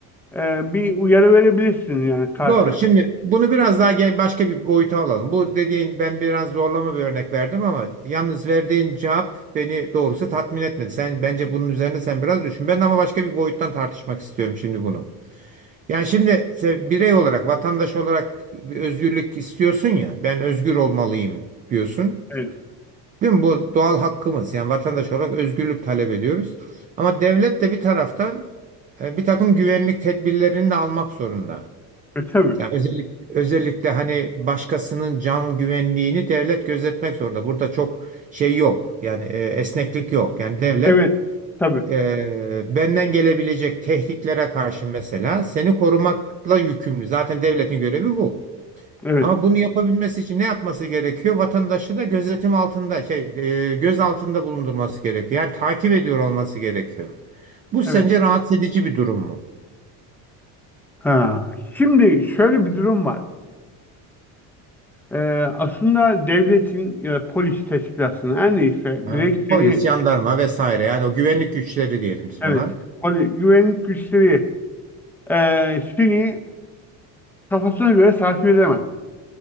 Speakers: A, in the centre; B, on the right.
A: e, bir uyarı verebilirsin yani karşıda.
B: Doğru. Şimdi bunu biraz daha gel başka bir boyuta alalım. Bu dediğin ben biraz zorlama bir örnek verdim ama yalnız verdiğin cevap beni doğrusu tatmin etmedi. Sen bence bunun üzerine sen biraz düşün. Ben ama başka bir boyuttan tartışmak istiyorum şimdi bunu. Yani şimdi se- birey olarak, vatandaş olarak bir özgürlük istiyorsun ya. Ben özgür olmalıyım diyorsun.
A: Evet.
B: Değil mi? Bu doğal hakkımız. Yani vatandaş olarak özgürlük talep ediyoruz. Ama devlet de bir taraftan e, bir takım güvenlik tedbirlerini de almak zorunda.
A: E, tabii.
B: Yani özellikle, özellikle hani başkasının can güvenliğini devlet gözetmek zorunda. Burada çok şey yok. Yani e, esneklik yok. Yani devlet
A: Evet. Tabii.
B: e, benden gelebilecek tehditlere karşı mesela seni korumakla yükümlü. Zaten devletin görevi bu.
A: Evet.
B: Ama bunu yapabilmesi için ne yapması gerekiyor? Vatandaşı da gözetim altında, şey, e, göz altında bulundurması gerekiyor. Yani takip ediyor olması gerekiyor. Bu sence
A: Evet.
B: rahatsız edici bir durum mu?
A: Ha. Şimdi şöyle bir durum var. Ee, aslında devletin ya da polis teşkilatının her neyse
B: Ha?
A: direkt seni
B: Polis, jandarma vesaire yani o güvenlik güçleri diyelim biz
A: evet
B: buna.
A: poli- güvenlik güçleri e, seni kafasına göre takip edemez.